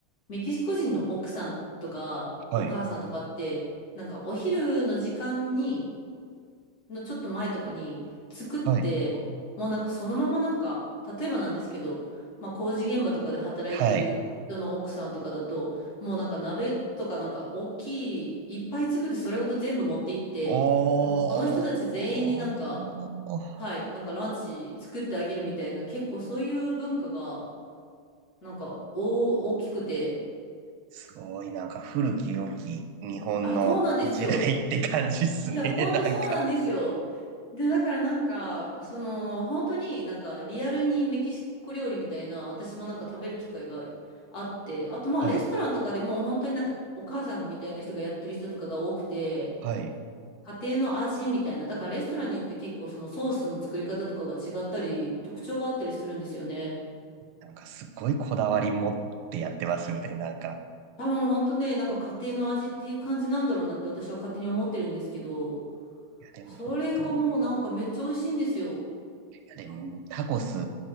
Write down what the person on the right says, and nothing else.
はい。
はい。
はい。
おー。
すごい、なんか古き良き日本の時代って感じっすね、
<laughs> なんか。
はい。はい。
なんかすごいこだわり持ってやってますよね、なんか。
いや、でも本当、
いや、でもタコス